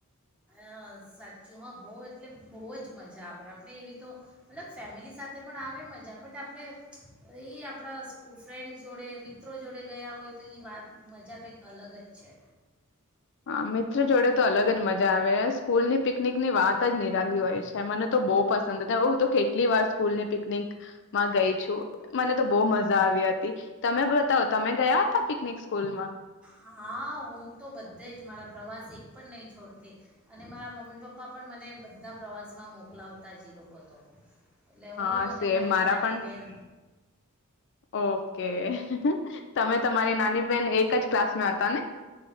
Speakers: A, in the centre; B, on the left.
A: અહ સાચું હા બહુ એટલે બહુ જ મજા આવે. આપણે એવી તો મતલબ ફેમિલી સાથે પણ આવે મજા બટ આપણે એ આપડા ફ્રેન્ડ જોડે, મિત્રો જોડે ગયા હોય, તો એ વાત મજા કંઈક અલગ જ છે.
B: હા, મિત્ર જોડે તો અલગ જ મજા આવે સ્કૂલ ની પિકનિકની વાત જ નિરાલી હોય છે, મને તો બો પસંદ હતા, હું તો કેટલી વાર સ્કૂલ ની પિકનિકમાં ગઈ છું, મને તો બહુ મજા આવી હતી, તમે બતાવો તમે ગયા હતા, પિકનિક? સ્કૂલમાં
A: હા, હું તો બધે જ મારા પ્રવાસ એક પણ નહીં છોડતી અને મારા મમ્મી પપ્પા પણ મને બધા પ્રવાસમાં મોકલાવતા જે લોકો તો. એટલે હું
B: હા
A: અને
B: સેમ
A: મારી
B: મારા
A: નાની
B: પણ
A: બેન.
B: ઓકે તમે તમારી નાની બેહેન એક જ ક્લાસમાં હતા ને.